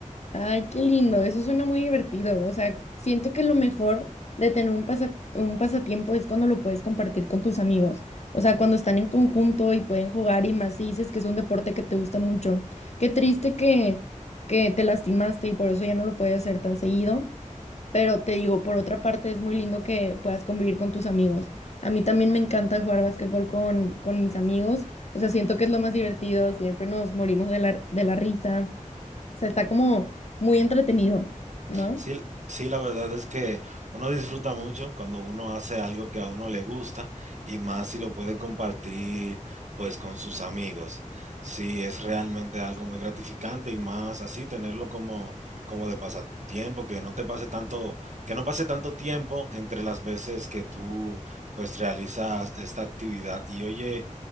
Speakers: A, on the left; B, on the right.
A: Ay, qué lindo, eso suena muy divertido. O sea, siento que lo mejor de tener un pasa- un pasatiempo es cuando lo puedes compartir con tus amigos. O sea, cuando están en conjunto y pueden jugar y más si dices que es un deporte que te gusta mucho. Qué triste que, que te lastimaste y por eso ya no lo puedes hacer tan seguido. Pero te digo, por otra parte, es muy lindo que puedas convivir con tus amigos. A mí también me encanta jugar básquetbol con, con mis amigos. O sea, siento que es lo más divertido. Siempre nos morimos de la, de la risa. O sea, está como muy entretenido, ¿no?
B: Sí, sí, la verdad es que uno disfruta mucho cuando uno hace algo que a uno le gusta y más si lo puede compartir pues con sus amigos. Sí, es realmente algo muy gratificante y más así tenerlo como como de pasatiempo, que no te pase tanto, que no pase tanto tiempo entre las veces que tú pues realizas esta actividad. Y oye,